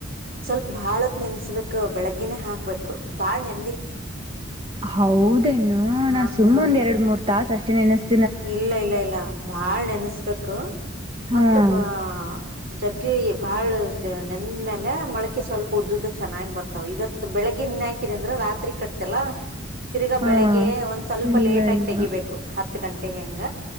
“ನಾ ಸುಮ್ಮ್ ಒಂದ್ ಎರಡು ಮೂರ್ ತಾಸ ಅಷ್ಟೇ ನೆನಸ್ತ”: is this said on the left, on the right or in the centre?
Right